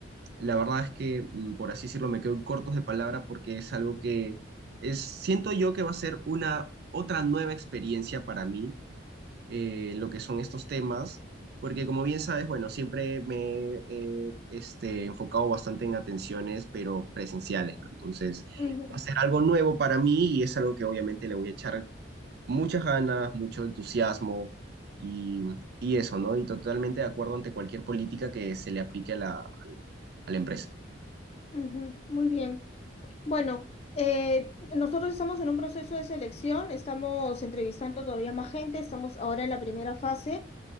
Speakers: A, on the right; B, on the left.
A: la verdad es que, mm, por así decirlo, me quedo cortos de palabra porque es algo que es, siento yo que va a ser una otra nueva experiencia para mí, eh, lo que son estos temas, porque como bien sabes, bueno, siempre me he este, enfocado bastante en atenciones, pero presenciales, ¿no? Entonces,
B: ujú,
A: va a ser algo nuevo para mí y es algo que obviamente le voy a echar muchas ganas, mucho entusiasmo y, y eso, ¿no? Y totalmente de acuerdo ante cualquier política que se le aplique a la, a la empresa.
B: ujú, Muy bien. Bueno, eh, nosotros estamos en un proceso de selección, estamos entrevistando todavía más gente, estamos ahora en la primera fase.